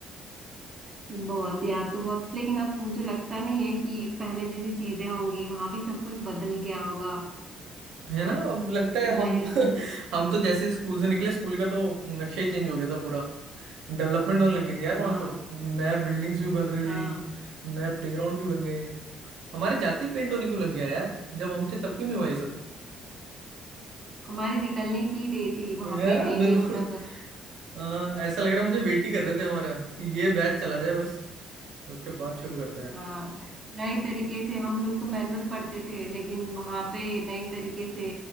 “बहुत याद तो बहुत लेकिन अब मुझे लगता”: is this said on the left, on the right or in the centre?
Right